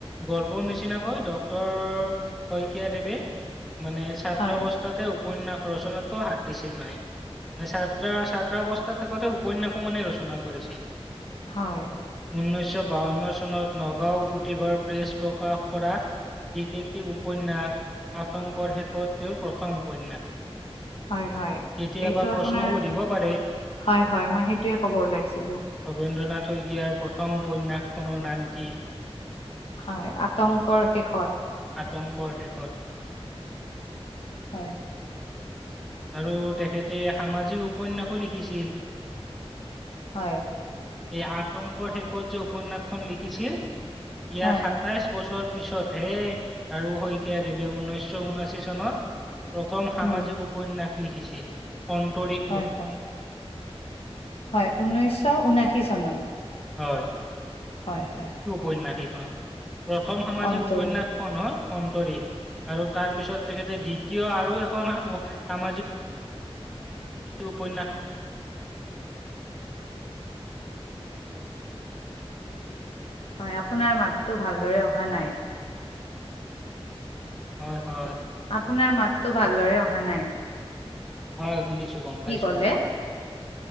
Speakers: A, in the centre; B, on the left.
A: গল্পৰ নিচিনাকৈ ডঃ শইকীয়া দেৱে, মানে ছাত্ৰ
B: হয়,
A: অৱস্থাতে উপন্যাস ৰচনাতো হাত দিছিল মানে। ছাত্ৰ ছাত্ৰাৱস্থাতে থাকোতে উপন্যাসো মানে ৰচনা কৰিছিল।
B: হয়,
A: উনৈশ বাৱন্ন চনত নগাঁও পুতিঘড় প্ৰেছ প্ৰকাশ কৰা। ডিটিকটিপ উপন্যাস, আতংকৰ শেষত তেওঁৰ প্ৰথম উপন্যাস।
B: হয় হয়,
A: কেতিয়াবা
B: এইটো
A: প্ৰশ্ন
B: আপোনাৰ,
A: সুধিব পাৰে
B: হয় হয় মই সেইটোৱে ক'ব ওলাইছিলো।
A: ভবেন্দ্ৰ নাথ শইকীয়াৰ প্ৰথম উপন্যাস খনৰ নাম কি।
B: হয় আতংকৰ শেষত।
A: আতংকৰ শেষত।
B: হয়।
A: আৰু তেখেতে সামাজিক উপন্যাসো লিখিছিল। <inaudible>
B: হয়।
A: এই আতংকৰ শেষত যে উপন্যাসখন লিখিছিল। ইয়াৰ
B: হয়,
A: সাতাইশ বছৰ পিছত হে, আৰু শইকীয়া দেৱে ঊনৈশ ঊনাশী চনত প্ৰথম সামাজিক
B: উম,
A: উপন্যাস, লিখিছিল অন্তৰি।
B: হয় হয়, হয় ঊনৈছশ ঊনাশী চনত।
A: হয়।
B: হয় হয়।
A: উপ্যাস সেইখন প্ৰথম সামাজিক
B: অন্তৰীপ
A: উপন্যাসখন। অন্তৰীপ আৰু তাৰ পিছত তেখেতে দ্বিতীয় আৰু এখন সামাজিক।
B: <unintelligible>
A: উপন্যাস।
B: হয় আপোনাৰ মাততো ভালদৰে অহা নাই।
A: হয় হয়।
B: আপোনাৰ মাততো ভালদৰে অহা নাই।
A: হয় শুনিছো গম
B: কি
A: পাইছো
B: ক'লে?
A: ৰব,